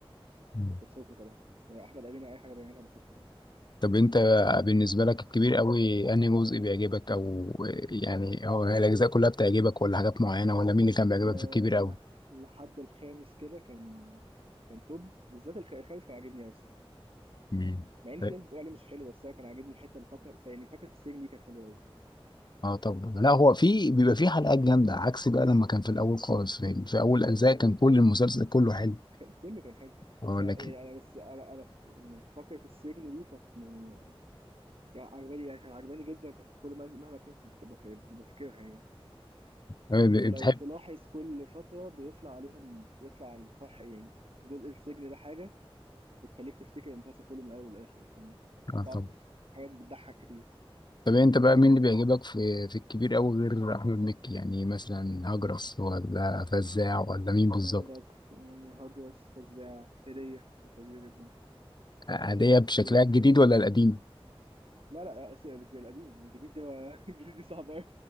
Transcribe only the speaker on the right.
كنت بشوفه طبعا يعني احمد امين اي حاجه بيعملها بشوفها يعني
ل...
لحد الخامس كده كان كان توب بالذات الخ- الخامس كان عاجبني قوي الصراحه
مع ان في
ناس بتقول عليه مش حلو بس انا كان عاجبني حته الفقره يعني فقره السجن دي كانت حلوه قوي
<laughs> كله كان حلو
يعني
انا بس انا انا ف- يعني فقره السجن دي كانت يعني يعني عجباني يعني كانت عجباني جدا وكانت في كل منزل مهما كان كنت ببقى فاكرها يعني
ولو تلاحظ كل فترة بيطلع عليهم بيطلع على الفح يعني جزء السجن ده حاجة بتخليك تفتكر المسلسل كله من الأول للآخر يعني
بتقعد
في حاجات بتضحك كتير
عندك يعني هجرس فزاع هدية كانت لذيذة جدا
هدية كانت
حلوة
لا لا لا، أسف، القديم يعني الجديد ده بقى- <laughs> الجديد ده صعب أوي